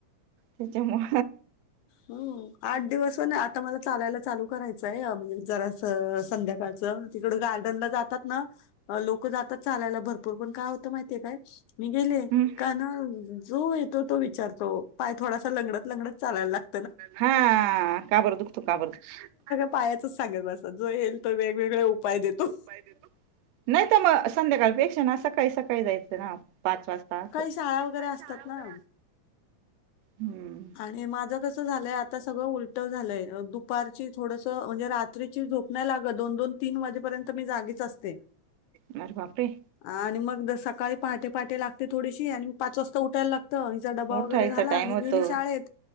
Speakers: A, on the right; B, on the left.
A: त्याच्या मूळ
B: हम आठ दिवसान आता मला चालायला चालू करायचंय जरास संध्याकाळचं तिकड गार्डनला जातात ना लोक जातात चालायला भरपूर पण काय होतं माहितीय काय मी गेले
A: हम्म
B: का ना जो येतो तो विचारतो पाय थोडासा लंगडत लंगडत चालायला लागत <inaudible>
A: हा का बर दुखतो का बर दुखतो
B: पायाचच सांगत बसा जो येईल तो वेगवेगळे उपाय देतो
A: उपाय देतो नाही तर म संध्याकाळ पेक्षा ना सकाळी सकाळी जायचं ना पाच वाजता आस. सकाळी
B: शाळा वगैरे असतात
A: शाळा
B: ना
A: वगैरे <inaudible> हम
B: आणि माझं कसं झालंय आता सगळं उलट झालंय दुपारची थोडस म्हणजे रात्रीची रात्रीची झोप नाय लागत दोन दोन तीन वाजेपर्यंत मी जागीच असते.
A: अरे बापरे!
B: आणि मग उद्या सकाळी पहाटे पहाटे लागते थोडीशी आणि मग पाच वाजता उठायला लागतं हिचा डबा
A: उठायचा
B: वगैरे झाला,
A: टाइम
B: ही
A: होतो
B: गेली शाळेत,